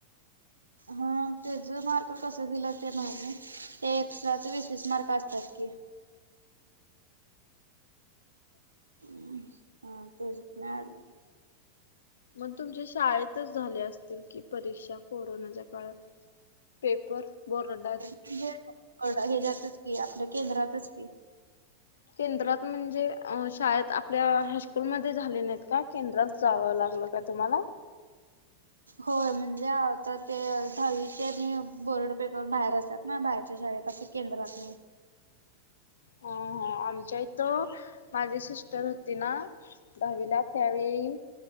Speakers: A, on the right; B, on the left.
A: हा त्याच मार्क कस दिला ते नाही. ते एष्ट्राचं वीस वीस मार्क असतात की हम हा तेच नाही.
B: मग तुमच्या शाळेतच झाले असतील की परीक्षा? कोरोनाच्या काळात पेपर बरडात.
A: हड हच्यातच की आपल्या केंद्रातच की.
B: केंद्रात म्हणजे शाळेत आपल्या हायस्कूलमध्येध्ये झाले नाहीत का केंद्रात जावं लागलं. का तुम्हाला.
A: होय म्हणजे आता ते दहावीचे आणि- बोर्ड पेपर बाहेर असतात ना, बाहेरच्या शाळेत असे केंद्रात नाही.
B: हो हो आमच्या इथं माझी सिस्टर होती ना दहावीला. त्यावेळी